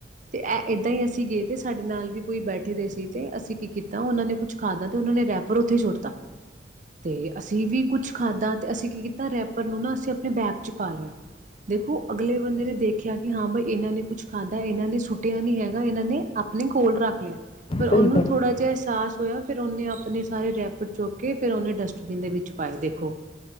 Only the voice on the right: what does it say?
ਤੇ ਏਦਾਂ ਹੀ ਅਸੀਂ ਗਏ ਤੇ ਸਾਡੇ ਨਾਲ ਵੀ ਕੋਈ ਬੈਠੇ ਦੇ ਸੀ ਤੇ ਅਸੀਂ ਕੀ ਕੀਤਾ ਉਹਨਾਂ ਨੇ ਕੁੱਛ ਖਾਧਾ ਤੇ ਉਹਨਾਂ ਨੇ ਰੈਪ ਪਰ ਉੱਥੇ ਸੁੱਟਤਾ ਤੇ ਅਸੀਂ ਵੀ ਕੁੱਛ ਖਾਧਾ ਤੇ ਅਸੀਂ ਕੀ ਕੀਤਾ ਰੈਪਰ ਨੂੰ ਨਾ ਅਸੀਂ ਚ ਪਾ ਲਿਆ ਦੇਖੋ ਅਗਲੇ ਬੰਦੇ ਨੇ ਦੇਖਿਆ ਕਿ ਹਾਂ ਬਈ ਇਹਨਾਂ ਨੇ ਕੁਛ ਖਾਧਾ ਇਹਨਾਂ ਨੇ ਸੁੱਟਿਆ ਨੀ ਹੈਗਾ ਇਹਨਾਂ ਨੇ ਆਪਣੇ ਕੋਲ ਰੱਖ ਲਿਆ। ਪਰ ਉਨੂੰ
ਥੋੜਾ ਜਿਹਾ ਅਹਿਸਾਸ ਹੋਇਆ, ਫਿਰ ਉਹਨੇ ਨੇ ਅਪਣੇ ਸਾਰੇ ਰੈਪਰ ਚੁੱਕ ਕਿ ਫਿਰ ਉਹਨੇ ਡਸਟਬਿਨ ਦੇ ਵਿੱਚ ਪਾਏ। ਦੇਖੋ-